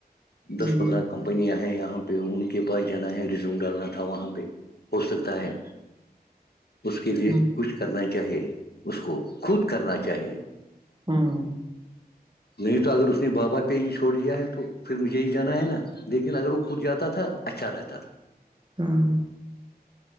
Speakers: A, on the left (about 75°); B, on the right (about 30°).
A: دس
B: جی
A: پندرہ کمپنیاں ہیں یہاں پہ ان کے پاس جانا ہے ریزوم ڈالنا تھا وہاں پہ ہو سکتا ہے اس کے لیے
B: ہوں
A: کچھ کرنا چاہیے اس کو خود کرنا چاہیے
B: ہاں
A: نہیں تو اگر اس نے بابا پہ ہی چھوڑ دیا ہے تو پھر مجھے ہی جانا ہے نا لیکن اگر وہ خود جاتا تھا اچھا رہتا تھا
B: ہاں